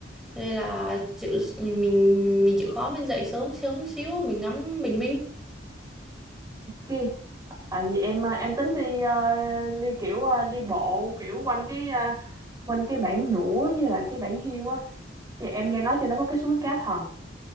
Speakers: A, in the centre; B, on the right.
A: Cho nên là chịu, mình mình chịu khó mình dậy sớm sớm xíu mình ngắm bình minh.
B: Ok. tại vì em à, em tính đi à, đi kiểu à, đi bộ kiểu quanh cái à, quanh cái bản nũa với lại cái bản hiêu á thì em nghe nói trên đó có cái suối cá thần